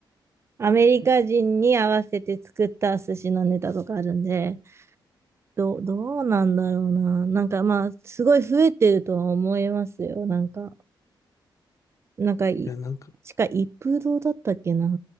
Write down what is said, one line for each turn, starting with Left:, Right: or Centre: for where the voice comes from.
Right: アメリカ人に合わせて作った寿司のネタとかあるんで、どう、どうなんだろうな。なんかまあ、すごい増えてるとは思いますよ。なんか、なんかい、
Left: いや、なんか、
Right: しか一風堂だったっけな。